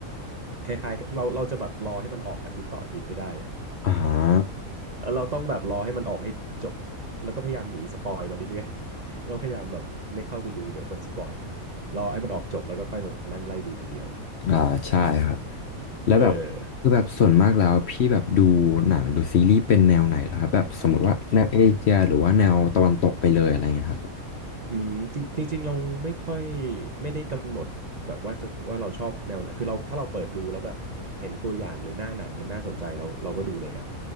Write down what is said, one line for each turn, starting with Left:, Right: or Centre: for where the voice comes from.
Right: คล้ายๆกับเราเราจะแบบรอให้มันออกอาทิตย์ต่ออาทิตย์ไม่ได้อะ <laughs>
Left: อ่า
Right: เราต้องแบบรอให้มันออกให้จบแล้วก็พยายามหนีสปอยมาเรื่อยๆ <laughs> ต้องพยายามแบบไม่เข้าไปดูเดี๋ยวคนสปอยรอให้มันออกจบแล้วก็ค่อยมานั่งไล่ดูทีเดียว
Left: อ่าใช่ครับแล้วแบบคือแบบส่วนมากแล้วพี่แบบดูหนังดูซีรีส์เป็นแนวไหนเหรอครับแบบสมมติว่าแนวเอเชียหรือว่าแนวตะวันตกไปเลยอะไรเงี้ยครับ
Right: เออ อืมจริงจริงๆเราไม่ค่อยไม่ได้กำหนดแบบว่าจะว่าเราชอบแนวไหนคือเราถ้าเราเปิดดูแล้วแบบเห็นตัวอย่างหรือหน้าหนังมันน่าสนใจเราเราก็ดูเลยอ่ะ